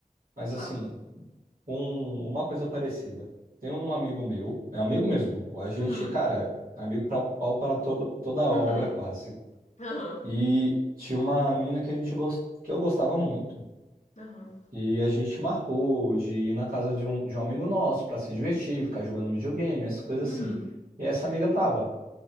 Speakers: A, on the right (about 70°); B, on the left (about 50°).
A: mas
B: Fala.
A: assim, um- uma coisa parecida. Tem um amigo meu, é amigo mesmo, a gente,
B: Uhum.
A: cara, é amigo pra, pau para to- toda a obra
B: Uhum.
A: quase.
B: Aham.
A: E tinha uma mina que a gente gos- que eu gostava muito.
B: Aham.
A: E a gente marcou de ir na casa de um, de um amigo nosso pra se divertir, ficar jogando videogame, essas coisas
B: Uhum.
A: assim. E essa amiga tava.